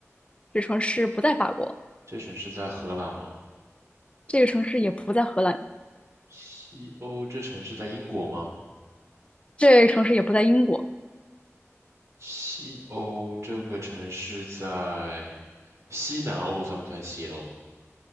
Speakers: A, on the left; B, on the right.
A: 这个城市不在法国，
B: 这城市在荷兰吗？
A: 这个城市也不在荷兰，
B: 西欧这城市在英国吗？
A: 这个城市也不在英国，
B: 西欧这个城市在西南欧算不算西欧？